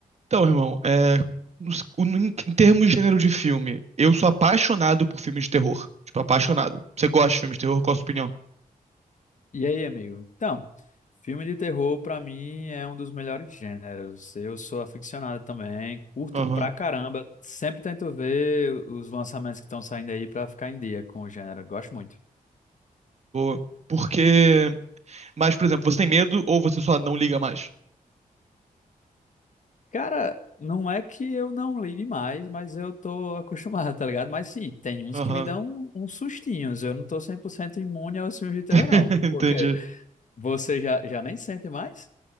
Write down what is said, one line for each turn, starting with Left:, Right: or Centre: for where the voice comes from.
Right: Então, irmão, é, nos- em em termos de gênero de filme, eu sou apaixonado por filmes de terror. Tipo, apaixonado. Você gosta de filmes de terror? Qual a sua opinião?
Left: E aí, amigo? Então, filme de terror pra mim é um dos melhores gêneros. Eu sou aficionado também, curto
Right: Aham,
Left: pra caramba. Sempre tento ver os lançamentos que estão saindo aí pra ficar em dia com o gênero. Gosto muito.
Right: boa. Porque. Mas, por exemplo, você tem medo ou você só não liga mais?
Left: Cara, não é que eu não ligue mais, mas eu tô acostumado, <laughs> tá ligado? Mas sim, tem uns
Right: Aham,
Left: que me dão um, uns sustinhos. Eu não tô 100% imune aos filmes de terror,
Right: <laughs>
Left: não.
Right: entendi.
Left: Porque você já, já nem sente mais?